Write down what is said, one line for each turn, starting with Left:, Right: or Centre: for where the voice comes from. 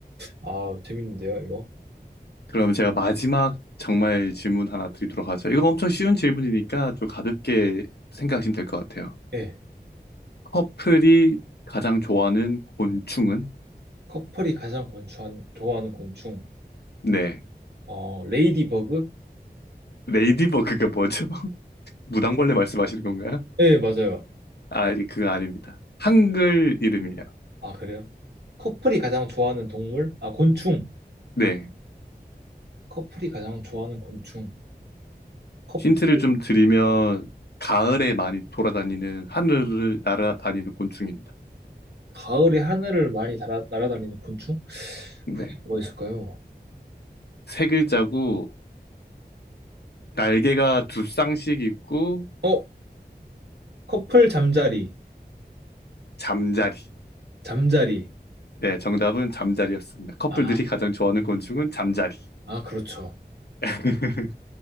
Right: 아, 재밌는데요, 이거?
Left: 그러면 제가 마지막 정말 질문 하나 드리도록 하죠. 이거 엄청 쉬운 질문이니까 좀 가볍게 생각하시면 될 것 같아요.
Right: 예.
Left: 커플이 가장 좋아하는 곤충은?
Right: 커플이 가장 곤충한- 좋아하는 곤충.
Left: 네.
Right: 어, 레이디버그?
Left: 레이디버그가 뭐죠? 무당벌레 말씀하시는 건가요?
Right: 예, 맞아요.
Left: 아, 아니, 그거 아닙니다. 한글 이름이에요.
Right: 아, 그래요? 커플이 가장 좋아하는 동물? 아, 곤충.
Left: 네.
Right: 커플이 가장 좋아하는 곤충. 커플...
Left: 힌트를 좀 드리면, 가을에 많이 돌아다니는, 하늘을 날아다니는 곤충입니다.
Right: 가을에 하늘을 많이 아 날아다니는 곤충?
Left: 네.
Right: 그게 뭐가 있을까요?
Left: 세 글자고, 날개가 두 쌍씩 있고,
Right: 어, 커플 잠자리,
Left: 잠자리.
Right: 잠자리.
Left: 네, 정답은 잠자리였습니다. 커플들이
Right: 아,
Left: 가장 좋아하는 곤충은 잠자리.
Right: 아, 그렇죠.
Left: <laughs>